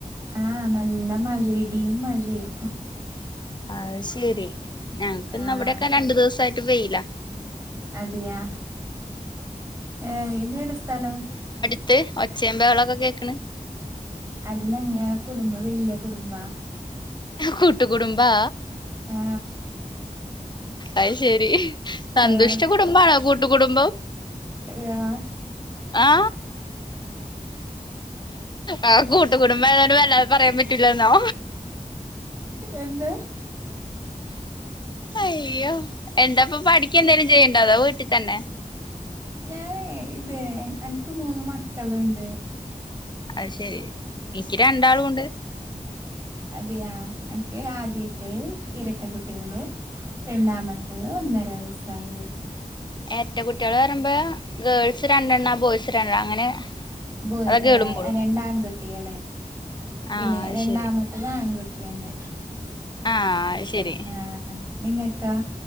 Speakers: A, on the right (about 20°); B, on the left (about 30°).
A: ആ നല്ല മഴ ഇടിയും മഴയും
B: അത് ശെരി ഞങ്ങക്ക് ഇന്ന്
A: ആഹ്
B: അവിടെക്കെ രണ്ടു ദിവസായിട്ട് വെയില
A: അതെയാ ഏ ഇതെവിടെ സ്ഥലം
B: ത്ത് ഒച്ചേ ബഹളൊക്കെ കേക്കണ്
A: അത് ഞങ്ങ കുടുംബ വല്യ കുടുംബാ
B: കൂട്ടുകുടുംബാ
A: ആ
B: അത് ശെരി സന്തുഷ്ട
A: ആഹ്
B: കുടുംബണോ കൂട്ടുകടുംബം
A: ആ
B: ആ ആ കൂട്ടുകടുംബ ആയോണ്ട് വല്ലാതെ പറയാൻ പറ്റൂല്ല ല്ലോ
A: എന്ത്
B: അയ്യോ എന്താപ്പൊ പഠിക്കെ എന്തേലും ചെയ്യ ഉണ്ടതോ വീട്ടി തന്നെ
A: ഞാനെ ഇതെ എനക്ക് മൂന്ന് മക്കള്ണ്ട്
B: അത് ശെരി എനിക്ക് രണ്ടാളുംണ്ട്
A: അതെയാ എനക്ക് ആദ്യത്തെ ഇരട്ട കുട്ടികള് രണ്ടാമത്തത് ഒന്നരയസ്സായത്
B: എരട്ട കുട്ടികള് പറയുമ്പോ ഗേൾസ് രണ്ടെണ്ണ ബോയ്സ് രണ്ടെണ്ണ അങ്ങനെ
A: ബോയ്
B: അതൊക്കെ
A: ഏ
B: ഇടുമ്പോളും
A: ഹ് രണ്ടാൺകുട്ടികള് പിന്നെ
B: ആഹ് അത്
A: രണ്ടാമത്തത്
B: ശരി
A: ആൺകുട് ട്ടി യന്നെ
B: ആഹ് അത് ശരി
A: ആ നിങ്ങക്കാ